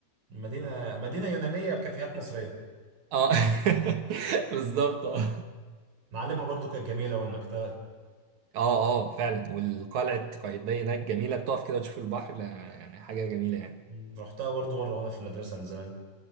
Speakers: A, on the right (about 50°); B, on the right (about 70°).
A: مدينة مدينة يونانية بكافيهات مصرية
B: اه <laughs> بالظبط اه
A: معلمها برضو كانت جميلة والمكتبة
B: اه اه فعلا والقلعه قايتباي هناك جميله بتقف كده وتشوف البحر لا يعني حاجه جميله يعني
A: مم. رحتها برضو مرة وأنا في المدرسة من زمان إن